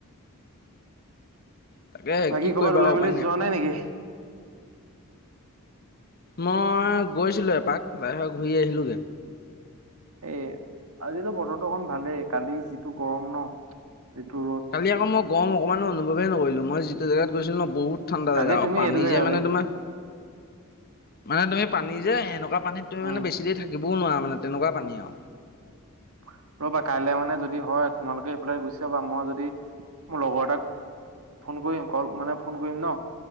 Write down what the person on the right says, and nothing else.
বাকী
কৰবাত
ওলাই
মেলি যোৱা নাই নেকি
এ আজিতো বতৰটো অকন ভালেই কালি যিটো গৰম ন এইটো ৰদ
কালি
তুমি
এইটো জেগাত
উম
হয় ৰ'বা কাইলে মানে যদি হয় তোমালোকে সেইফালে গুচি যাবা মই যদি মোৰ লগৰ এটাক ফোন কৰিম কল মানে ফোন কৰিম ন